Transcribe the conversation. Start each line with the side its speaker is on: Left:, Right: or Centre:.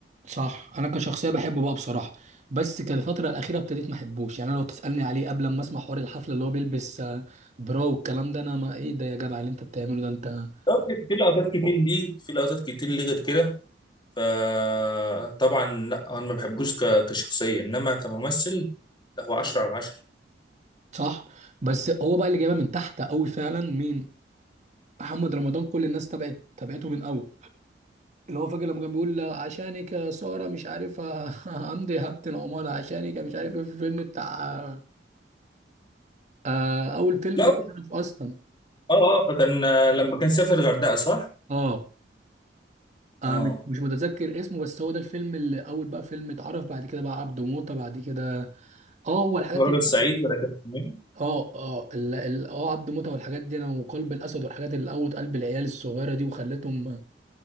Right: صح انا كشخصيه بحبه بقى بصراحه بس كان الفتره الاخيره ابتديت ما احبوش يعني انا لو تسالني عليه قبل ما اسمع حوار الحفله اللي هو بيلبس آه، برا والكلام ده انا ما ايه ده يا جدع اللي انت بتعمله ده انت
Left: طب في لقطات كتير ليه في لقطات كتير ليه غير كده فطبعا لا انا ما بحبوش ك- كشخصيه انما كممثل لا هو 10 على 10
Right: صح بس هو بقى اللي جايبها من تحت قوي فعلا مين محمد رمضان كل الناس تبعت تبعته من اول اللي هو فاكر لما كان بيقول عشانك يا سارة مش عارف ه- <laughs> همضي هبة العمارة عشانك مش عارف ايه في الفيلم بتاع آه أول فيلم
Left: لا
Right: ده اتعرف أصلا
Left: اه اه كان آه، لما كان سافر الغردقه صح؟
Right: اه آه،
Left: اه
Right: مش مش متذكر اسمه بس هو ده الفيلم اللي أول بقى فيلم اتعرف بعد كده بقى عبده موتة بعد كده اه هو الحاجات
Left: اسمه راجل
Right: اللي
Left: صعيدي ولا كان اسمه إيه؟
Right: اه اه ال- ال- اه عبد موتة والحاجات دي انا وقلب الاسد والحاجات اللي قوت قلب العيال الصغيره دي وخلتهم